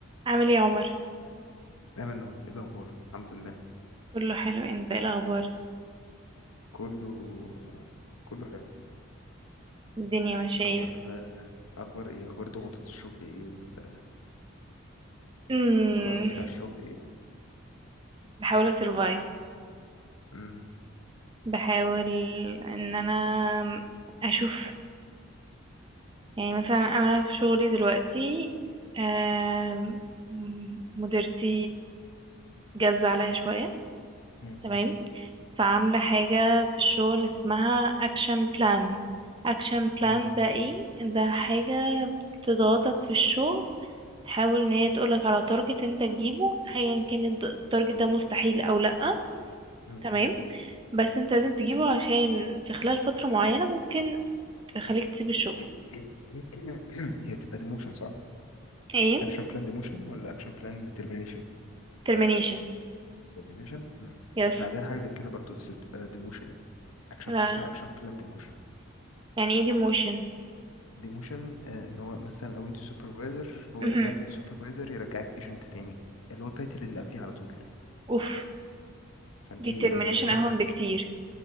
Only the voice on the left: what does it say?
دايما نقول ايه الاخبار الحمد لله
كله آه، كله حلو
اخبار
آه، اخبار ايه اخبار ضغوطات الشغل ايه وال-
والقرف بتاع الشغل ايه
امم
امم
امم
أمم.
<clears throat> <coughs> هي تبقى ديموشن صح
اكشن بلان ديموشن ولا اكشن بلان ترمينيشن
ترمينيشن امم
احنا عندنا حاجه زي كده برضو بس بتبقى ديموشن يعني اكشن
اسمها اكشن بلان ديموشن
ديموشن آه، ان هو مثلا لو انت سوبرفايزر هو
يرجعك من سوبرفايزر يرجعك ايجنت تاني اللي هو التايتل اللي قبليه على طول
فانت
يعني مثلا